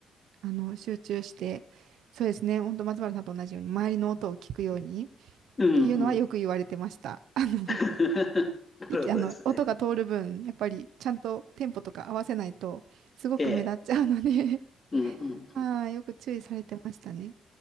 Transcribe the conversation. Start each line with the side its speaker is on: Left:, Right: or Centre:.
Right: あの、集中して、そうですね、本当松原さんと同じように、周りの音を聞くようにっていうのはよく言われてました。
Left: うんうん。
Right: あの、
Left: <laughs> なるほどですね。
Right: いきあの、音が通る分、やっぱりちゃんとテンポとか合わせないと、すごく目立っちゃうので
Left: ええ。うんうんうん。
Right: <laughs> はい、よく注意されてましたね。